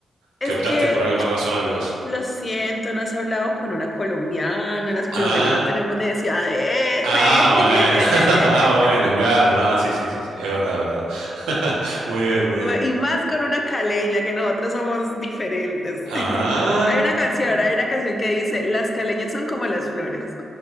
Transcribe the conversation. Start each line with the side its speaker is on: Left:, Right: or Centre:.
Left: Es
Right: que optaste
Left: que
Right: por algo más razonable vos.
Left: lo siento, no has hablado con una colombiana, las colombianas
Right: Ah,
Left: no tenemos necesidad de
Right: ah,
Left: ese.
Right: bueno, <laughs> ah,
Left: <laughs>
Right: bueno, claro, no, sí, sí, sí, sí, es verdad, es verdad. <laughs> Muy bien, muy bien.
Left: Y más con una caleña, que nosotros somos diferentes.
Right: Ah,
Left: <laughs> Hay una canción,
Right: bueno.
Left: hay una canción que dice, las caleñas son como las flores.